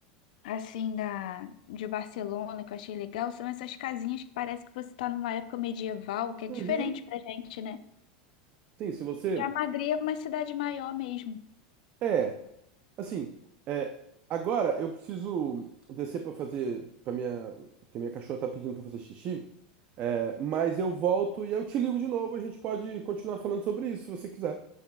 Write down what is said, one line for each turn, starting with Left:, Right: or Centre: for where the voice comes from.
Left: assim, da, de Barcelona, que eu achei legal, são essas casinhas que parece que você está numa época medieval, que é
Right: Uhum.
Left: diferente pra gente, né?
Right: Sim, se você.
Left: Já Madrid é uma cidade maior mesmo.
Right: É, assim, é, agora eu preciso descer pra fazer. Pra minha, porque minha cachorra tá pedindo pra fazer xixi. É, mas eu volto e eu te ligo de novo. A gente pode continuar falando sobre isso se você quiser.